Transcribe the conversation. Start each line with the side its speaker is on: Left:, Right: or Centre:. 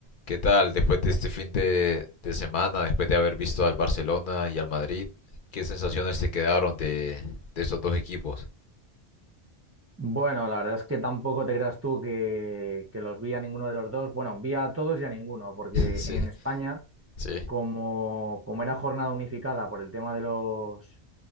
Left: ¿Qué tal después de este fin de, de semana, después de haber visto al Barcelona y al Madrid? ¿Qué sensaciones te quedaron de, de estos dos equipos?
Right: Bueno, la verdad es que tampoco te creas tú que, que los vi a ninguno de los dos. Bueno, vi a todos y a ninguno, porque
Left: <laughs> Sí,
Right: en España,
Left: sí,
Right: como, como era jornada unificada por el tema de los